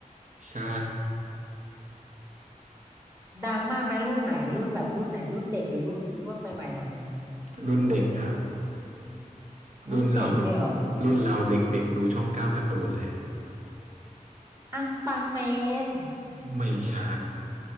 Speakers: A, on the right; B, on the right.
A: ใช่
B: ดังมากไหมรุ่นไหนรุ่นแบบรุ่นไหนรุ่นเด็กหรือรุ่นรุ่นใหม่ๆหน่อยนึง
A: รุ่นเด็กครับรุ่นเรา
B: รุ่นเด็กด้วยเหรอ
A: รุ่นเราเด็กๆดูช่องเก้าการ์ตูนเลยอะ
B: อังปังแมน
A: ไม่ใช่